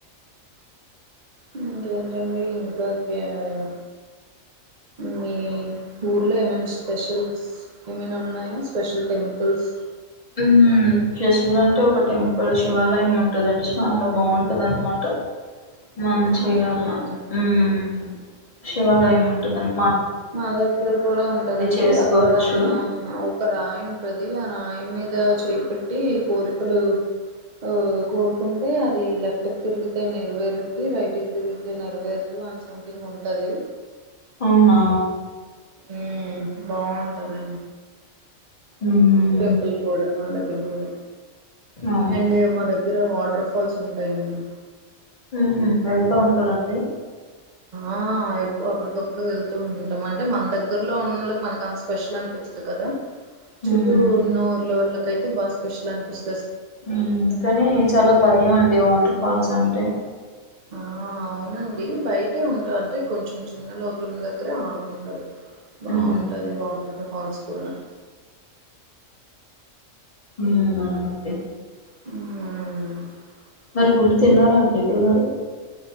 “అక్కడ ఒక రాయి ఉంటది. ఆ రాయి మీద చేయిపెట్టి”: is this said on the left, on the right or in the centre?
Right